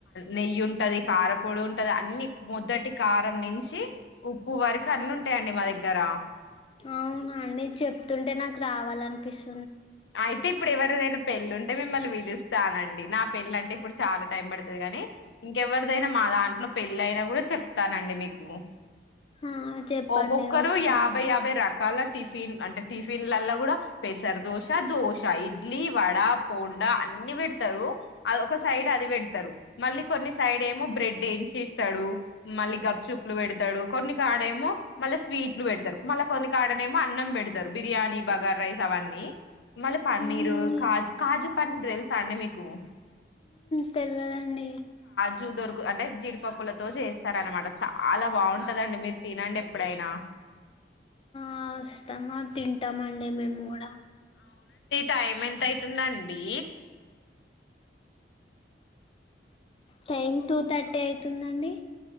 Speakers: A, on the left (about 80°); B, on the left (about 30°).
A: నెయ్యి ఉంటది కారపొడి ఉంటది అన్ని మొదటి కారం నుంచి ఉప్పు వరకు అన్ని ఉంటాయండి మా దగ్గర
B: అవునా అండి చెప్తుంటే నాకు రావాలనిపిస్తుంది
A: అయితే ఇప్పుడె ఎవరిదైన పెళ్ళి ఉంటే మ మ్ మిమ్మల్ని పిలుస్తానండి నా పెళ్ళి అంటే ఇప్పుడు చాలా టైం పడుతది కానీ ఇంకెవరిదైనా మా దాంట్లో పెళ్ళి అయినా కూడా చెప్తానండి మీకు
B: ఆ చెప్పండి
A: ఒక్కొక్కరు
B: వస్తా
A: యాభై యాభై రక్ రకాల టిఫిన్ అంటే టిఫిన్లల్లా కూడ పెసర్ దోష దోశ ఇడ్లీ వడ పొండా అన్ని పెడతారు ఒక సైడ్ అది పెడతారు మళ్ళీ కొన్ని సైడ్ ఏమో బ్రెడ్ వేంచి ఇస్తాడు మళ్ళీ గప్ చూప్లు పెడతాడు కొన్ని కాడేమో మళ్ళ స్వీట్లు పెడతారు మళ్ళా కొన్ని కాడ ఏమో అన్నం పెడతారు బిర్యానీ బగార్ రైస్ అవన్నీ మళ్ళ పన్నీరు
B: అవునండి
A: కాజు కాజు పన్నీర్ తెల్స అండి మీకు
B: తెల్వదండి
A: చూదొరుకు అంటే జీడిపప్పులతో చేస్తారనమాట చాల బాగుంటదండి మీరు తినండి ఎప్పుడైనా
B: అ వస్తామ తింటామం అండి మేము కూడ
A: టైమ్ ఎంత అయితుందండి
B: టైం టూ థర్ ట్టి అయితుందండి